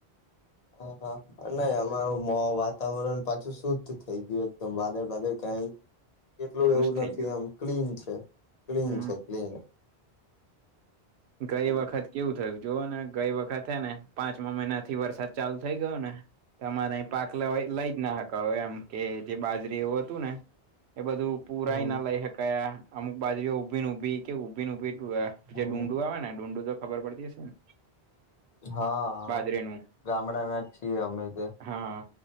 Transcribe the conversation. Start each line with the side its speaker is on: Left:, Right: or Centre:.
Left: હા હા નહી અમારું મો વાતાવરણ પાછું શુદ્ધ થઈ ગયું દમ બાદળ બાદર કઈ એકલું
Right: ખુશ
Left: એવું
Right: થઈ
Left: નથી
Right: ગયો
Left: આમ ક્લીન છે, ક્લીન
Right: હમ
Left: છે, ક્લીન
Right: ગઈ
Left: હમ
Right: વખત કેવું થયું જોવો ને ગઈ વખત હે ને પાંચમા મહિનાથી વરસાદ ચાલુ થઇ ગયો ને તમારે અહી પાક લવે લઈ જ હક એમ કે જે બાજરી એવું હતું ને એ બધું પુરાયના
Left: હમ
Right: લઈ શકાયા અમુક બાજુઓ ઊભી ઊભી કે ઉભી ઉભી
Left: હમ
Right: ડુંડું આવે ને ડુંડું તો ખબર પડતી હશે ને
Left: હા હા
Right: બાજરીનું
Left: ગામડાના છીએ અમે તે
Right: હા